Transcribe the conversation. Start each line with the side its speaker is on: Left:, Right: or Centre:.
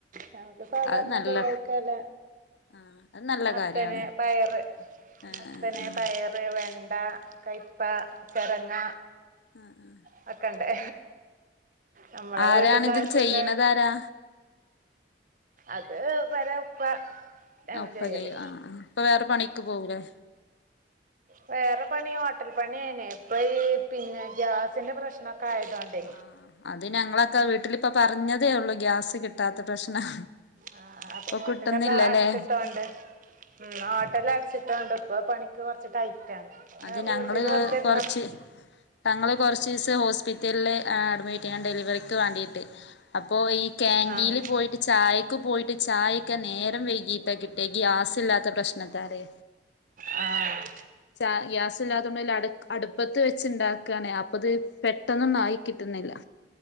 Right: ഞങ്ങക്ക് സാധാരണ
Left: അത് നല്ല
Right: ഉപയോഗിക്കല്ല
Left: ആഹ് അത് നല്ല
Right: മത്തന്,
Left: കാര്യാണ്
Right: പയർ,
Left: ആഹ്
Right: മത്തന്,
Left: ആഹ്
Right: പയർ ർ, വെണ്ട, കയ്പ്പ, ചരങ്ങ.
Left: ആ, ആ.
Right: വോക്കെണ്ട്. നമ്മള
Left: ആരാണിത്
Right: വീട്ട്ക്കാവശല്ല
Left: ചെയ്യണതാരാ
Right: അത് വരാ ഉപ്പ ആണ്
Left: ആ ഉപ്പ
Right: ചെയ്യല്
Left: ചെയ്യും. ആ, ആ ഉപ്പ വേറെ പണിക്ക് പോകൂല്ലേ?
Right: വേറെ പണി ഹോട്ടൽ പണിയാനെ ഇപ്പൊ ഈ പിന്നെ ഗ്യാസിന്റെ പ്രശ്നോക്കെ ആയതൊണ്ടേ
Left: ആഹ് അത് ഞങ്ങളൊക്കെ വീട്ടിലിപ്പ പറഞ്ഞതേ ഒള്ളൂ ഗ്യാസ് കിട്ടാത്ത പ്രശ്നം.
Right: ആ അപ്പൊ
Left: ഇപ്പൊ
Right: ഹോട്ടലക്ക
Left: കിട്ടുന്നില്ലല്ലേ
Right: അടച്ചിട്ടോണ്ട് ഉം. ഹോട്ടലടച്ചിട്ടോണ്ട് ഇപ്പ പണിക്ക് കൊറച്ച് ടൈറ്റ് ആണ്.
Left: അത്
Right: വീട്ടില്
Left: ഞങ്ങള്
Right: വെറുതെരുന്നപ്പ
Left: കൊറച്ച് ഞങ്ങള് കൊറച്ചീസം ഹോസ്പിറ്റല്ല് അഡ്മിറ്റ് ചെയ്യാൻ ഡെലിവറിക്ക് വേണ്ടിയിട്ട്. അപ്പോ ഈ കാന്റീല്
Right: ആഹ്
Left: പോയിട്ട് ചായക്ക് പോയിട്ട് ചായൊക്കെ നേരം വൈകീട്ട കി ഈ ഗ്യാസ് ഇല്ലാത്ത പ്രശ്നത്താലെ.
Right: ആ.
Left: ചാ ഗ്യാസ് ഇല്ലാതൊണ്ടേ അടു, അടുപ്പത്ത് വെച്ച്ണ്ടാക്കുആണ്. അ അത് പെട്ടെന്നൊന്നും ആയി കിട്ടുന്നില്ല.